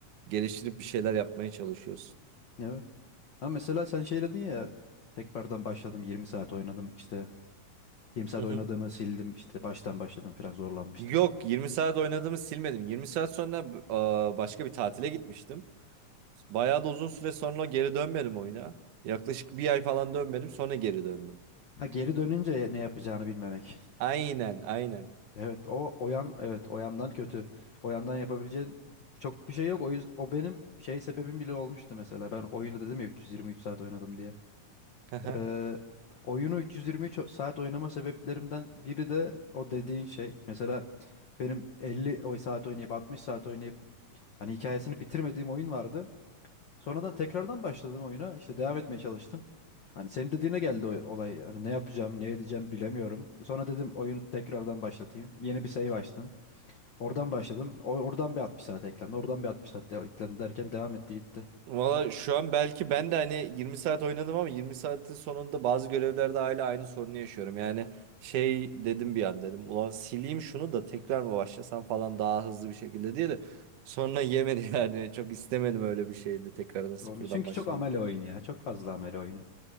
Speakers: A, on the right; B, on the left.
A: geliştirip bir şeyler yapmaya çalışıyorsun.
B: Evet. Ama mesela sen şey dedin ya tekrardan başladım 20 saat oynadım işte 20 saat
A: Hı hı.
B: oynadığımı sildim işte baştan başladım falan zorlanmıştım.
A: Yok 20 saat oynadığımı silmedim. 20 saat sonra b- aa, başka bir tatile gitmiştim. Bayağı da uzun süre sonra geri dönmedim oyuna. Yaklaşık bir ay falan dönmedim sonra geri döndüm.
B: Ha geri dönünce ne yapacağını bilmemek.
A: Aynen aynen.
B: Evet o o yan evet o yandan kötü. O yandan yapabileceğin çok bir şey yok. O yüzden o benim şey sebebim bile olmuştu mesela. Ben oyunu dedim ya 323 saat oynadım diye.
A: <laughs>
B: Ee, oyunu 323 o- saat oynama sebeplerimden biri de o dediğin şey. Mesela benim 50 o- saat oynayıp 60 saat oynayıp hani hikayesini bitirmediğim oyun vardı. Sonradan tekrardan başladım oyuna. İşte devam etmeye çalıştım. Hani senin dediğine geldi o olay. Hani ne yapacağım, ne edeceğim bilemiyorum. Sonra dedim oyunu tekrardan başlatayım. Yeni bir save açtım. Oradan başladım. O- Oradan bir 60 saat eklendi. Oradan bir 60 saat de- eklendi derken devam etti gitti.
A: Valla şu an belki ben de hani 20 saat oynadım ama 20 saatin sonunda bazı görevlerde hala aynı sorunu yaşıyorum. Yani şey dedim bir an dedim ulan sileyim şunu da tekrar mı başlasam falan daha hızlı bir şekilde diye de sonra <laughs> yemedi yani çok istemedim öyle bir şeydi tekrardan sıfırdan
B: Doğru. Çünkü
A: başlamak.
B: çok amele oyunu ya. Çok fazla amele oyunu.